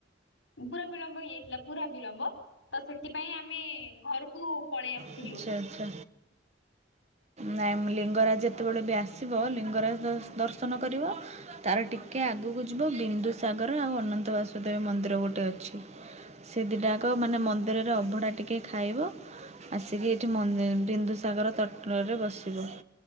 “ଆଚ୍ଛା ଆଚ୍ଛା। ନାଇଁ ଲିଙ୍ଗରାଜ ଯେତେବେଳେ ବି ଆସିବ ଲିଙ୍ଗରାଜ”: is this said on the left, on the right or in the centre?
Right